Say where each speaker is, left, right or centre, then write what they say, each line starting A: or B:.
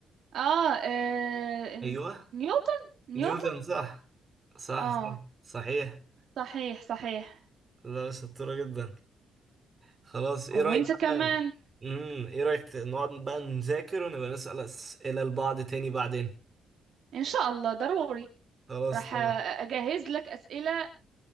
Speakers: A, on the right; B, on the right.
A: آه, آه
B: أيوه
A: نيوتن نيوتن
B: نيوتن صح صح
A: آه
B: صح صحيح
A: صحيح صحيح
B: لا شطورة جدا خلاص إيه
A: وأنت
B: رأيك
A: كمان
B: بقى امم إيه رأيك ت- نقعد بقى نذاكر ونبقى نسأل أسئلة لبعض تاني بعدين
A: إن شاء الله ضروري
B: خلاص
A: راح
B: تمام
A: أجهز لك أسئلة